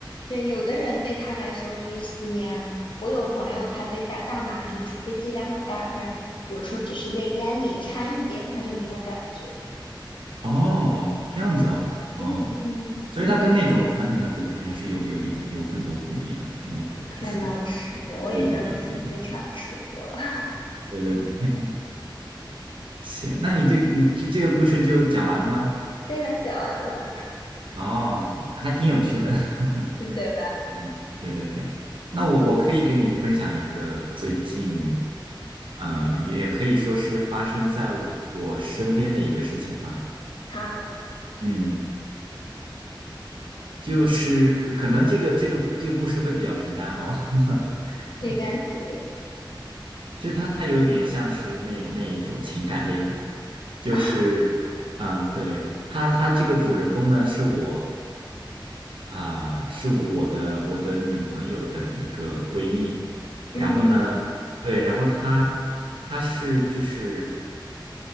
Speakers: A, on the left (about 75°); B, on the right (about 85°).
A: 对，有的人对他来说就是吸烟，我有朋友他对大大麻就除非剂量很大，不然比如说只是在烟里掺一点，他就没有感觉。
B: 哦，这样子啊，哦，
A: 嗯嗯嗯，
B: 所以它跟那种传统的毒品还是有有一有很多不一样，很多就是
A: 可能是，我也没有亲自尝试过。
B: 对对对对对
A: <laughs>
B: 对对对，行，那你这你这这个故事就讲完了吗？
A: 对呀，讲完了，
B: 哦，还挺有趣的。<laughs>
A: 对吧？
B: 嗯，对对对，那我我可以给你分享一个最近，呃，也也可以说是发生在我身边的一个事情吧。
A: 好。
B: 嗯，就是可可能这个这个这个故事会比较平淡哦。<laughs>
A: 没关系
B: 嗯，其实它它有点像是那那一种情感类的，就是，
A: 啊，
B: 嗯、对，它它这个主人公呢是我。啊、是我的我的女朋友的一个闺蜜，然后呢，
A: 嗯
B: 对，然后她她是就是